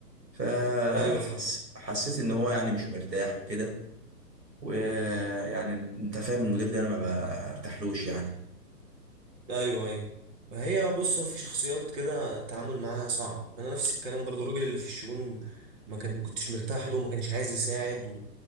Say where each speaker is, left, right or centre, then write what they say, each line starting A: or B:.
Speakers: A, on the right; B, on the right.
A: فحسيت
B: ايوه فاهم
A: إن هو يعني مش مرتاح وكده ويعني أنت فاهم المدير ده أنا ما برتاحلوش يعني
B: ايوه ايوه ما هي بص هو في شخصيات كده التعامل معاها صعب انا نفس الكلام برضو الراجل اللي في الشؤون ما كان كنتش مرتاح له ما كانش عايز يساعد